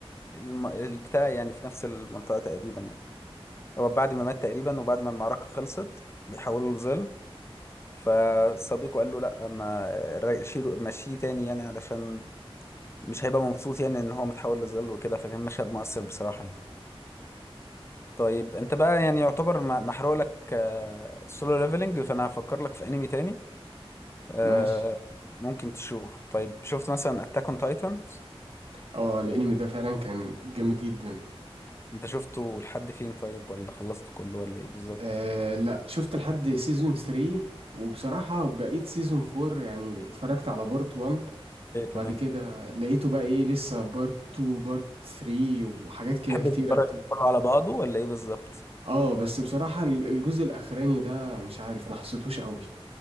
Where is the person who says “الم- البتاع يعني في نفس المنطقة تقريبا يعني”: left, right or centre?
Left